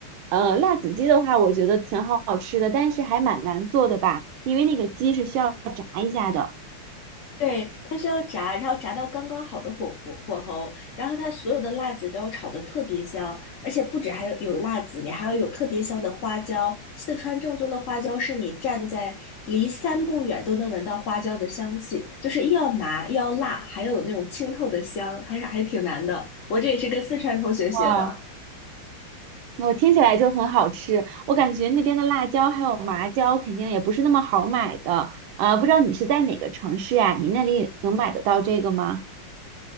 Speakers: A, on the right; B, on the left.
A: 呃，辣子鸡的话，我觉得挺好吃的，但是还蛮难做的吧，因为那个鸡是需要炸一下的。
B: <laughs> 对，它需要炸，然后炸到刚刚好的火火火候，然后它所有的辣子都要炒得特别香，而且不止还有有辣子，你还要有特别香的花椒。四川正宗的花椒是你站在离三步远都能闻到花椒的香气，就是又要麻又要辣，还有那种清透的香，还是还挺难的。我这也是跟四川同学学的。
A: 哇，我听起来就很好吃，我感觉那边的辣椒还有麻椒肯定也不是那么好买的。呃，不知道你是在哪个城市呀？你那里能买得到这个吗？